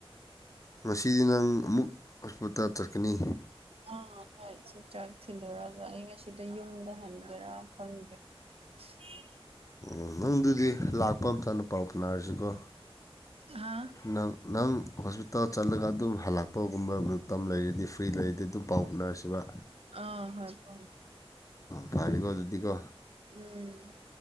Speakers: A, on the left; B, on the right.
A: ꯉꯁꯤꯗꯤ ꯅꯪ ꯑꯃꯨꯛ ꯍꯣꯁꯄꯤꯇꯥꯜ ꯆꯠꯀꯅꯤ
B: ꯑꯥ ꯍꯣꯏ ꯆ ꯆꯥꯛ ꯊꯤꯜꯂꯨꯔꯒ ꯑꯩ ꯉꯁꯤꯗ ꯌꯨꯝꯗ ꯍꯟꯒꯦꯔꯥ ꯈꯪꯗ꯭ꯔꯦ ꯎ
A: ꯎ ꯅꯪꯗꯨꯗꯤ ꯂꯥꯛꯄ ꯑꯝꯇꯅ ꯄꯥꯎ ꯐꯅꯔꯁꯤꯀꯣ
B: ꯍꯥ
A: ꯅꯪ ꯅꯪ ꯍꯣꯁꯄꯤꯇꯥꯜ ꯆꯠꯂꯒ ꯑꯗꯨꯝ ꯍꯜꯂꯛꯄ ꯨꯝꯕ ꯇꯝ ꯂꯩꯔꯗꯤ ꯐ꯭ꯔꯤ ꯂꯩꯔꯗꯤ ꯑꯗꯨꯝ ꯄꯥꯎ ꯍꯣꯠꯅꯔꯁꯤꯕ
B: ꯑ ꯍꯣꯏ ꯐ
A: ꯐꯔꯦ ꯀꯧꯕ ꯑꯗꯨꯗꯤꯀꯣ
B: ꯎꯝ